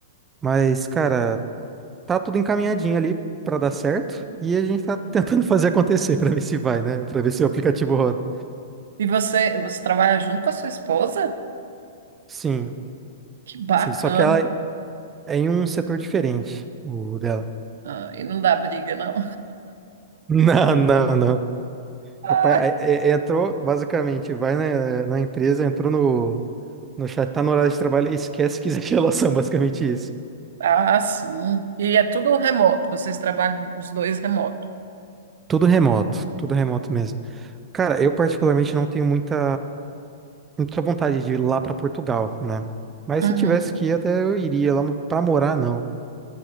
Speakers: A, on the right; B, on the right.
A: Mas, cara, tá tudo encaminhadinho ali pra dar certo e a gente tá <laughs> tentando fazer acontecer pra ver se vai, né? Pra ver se o aplicativo roda.
B: E você, você trabalha junto com a sua esposa?
A: Sim,
B: Que bacana!
A: sim. Só que ela, É em um setor diferente, o dela. <laughs>
B: Ah, e não dá briga, não.
A: Não, não, não.
B: <laughs>
A: Rapaz, aí, é- é- entrou, basicamente, vai na, na empresa, entrou no, no chat, tá no horário de trabalho e esquece que existe <laughs> relação, basicamente isso.
B: Ah, ah, sim. E é tudo remoto. Vocês trabalham os dois remoto.
A: Tudo remoto, tudo remoto mesmo. Cara, eu particularmente não tenho muita, muita vontade de ir lá pra Portugal, né? Mas
B: Uhum.
A: se tivesse que ir até eu iria lá, mas pra morar não.